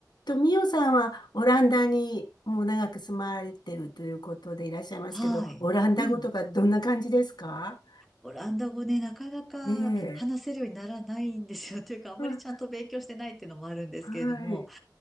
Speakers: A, on the left; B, in the centre.
A: と、ミオさんはオランダにもう長く住まれてるということでいらっしゃいますけど、
B: はい。
A: オランダ語とかどんな感じですか
B: うん。オランダ語ね、なかなか話せるようにならないんですよ。
A: ええ。
B: <laughs> というか、あんまりちゃんと勉強してないっていうのもあるんですけれども、
A: うん、はい。